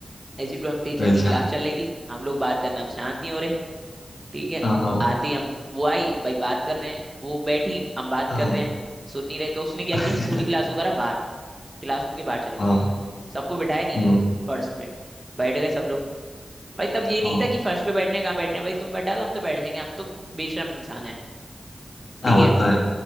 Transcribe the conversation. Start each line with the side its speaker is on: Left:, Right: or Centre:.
Right: ऐसी ड्राइंग टीचर
Left: अच्छा
Right: की क्लास चल रही थी हम लोग बात करना शांत नहीं हो रहे ठीक है
Left: हाँ हाँ
Right: आते ही हम वो आई भाई बात कर रहे हैं वो बैठी हम बात
Left: हाँ
Right: कर रहे हैं सुन नहीं रहे तो उसने क्या
Left: <laughs>
Right: किया पूरी क्लास को करा बाहर क्लासरूम के बाहर चलो
Left: हाँ,
Right: तुम सबको बिठाया नीचे
Left: हम्म,
Right: फर्श पे बैठ गए सब लोग भाई तब ये नहीं
Left: हाँ
Right: था कि फर्श पे बैठने हैं, कहाँ बैठने हैं भाई तुम बैठा दो हम तो बैठ जाएंगे हम तो बेशरम इंसान है
Left: हाँ
Right: ठीक
Left: वो
Right: है
Left: तो है